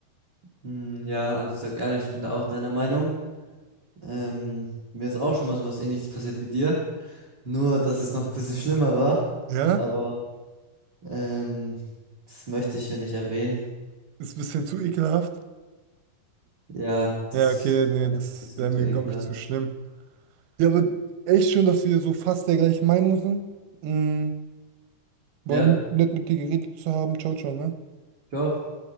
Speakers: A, on the right; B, on the right.
A: Hm, Ja, also ich sag ehrlich, ich bin da auch deiner Meinung. Ähm, mir ist auch schon mal sowas Ähnliches passiert wie dir. Nur, dass es noch ein bisschen schlimmer war.
B: Ja?
A: Aber ähm, das möchte ich hier nicht erwähnen.
B: Ist ein bisschen zu ekelhaft.
A: Ja, das
B: Ja, okay, nee, das
A: ist ein bisschen
B: wäre mir,
A: zu ekelhaft.
B: glaube ich, zu schlimm. Ja, aber echt schön, dass wir so fast der gleichen Meinung sind. Mm, war
A: Ja,
B: nett mit dir geredet zu haben. Ciao, ciao, ne?
A: ciao.